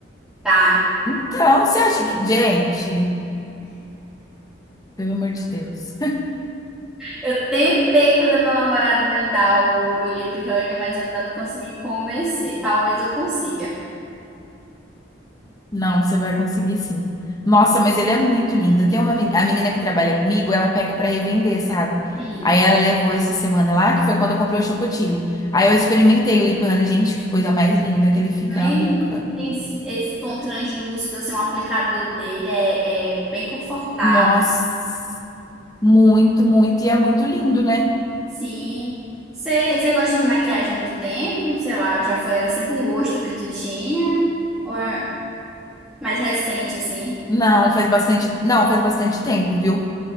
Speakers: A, in the centre; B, on the left.
A: Tá.
B: Então, você acha que, gente, pelo amor de Deus.
A: Eu tentei fazer meu namorado me dar o, o lip honey, mas eu ainda não consegui convencer. Talvez eu consiga.
B: Não, você vai conseguir sim. Nossa, mas ele é muito lindo. Tem uma meni- a menina que trabalha comigo, ela pega pra revender, sabe?
A: E
B: Aí ela levou essa semana lá, que foi quando eu comprei o chocotile. Aí eu experimentei o lip honey. Gente, que coisa mais linda que ele fica
A: nem
B: na boca.
A: tem esse, esse tom translúcido, assim, o aplicador dele é, é bem confortável.
B: Nossa, muito, muito. E é muito lindo, né?
A: Sim. Você você gosta de maquiagem há muito tempo? Sei lá, já foi, era sempre um gosto que tu tinha? Ou é mais recente, assim?
B: Não, faz bastante. Não, faz bastante tempo, viu?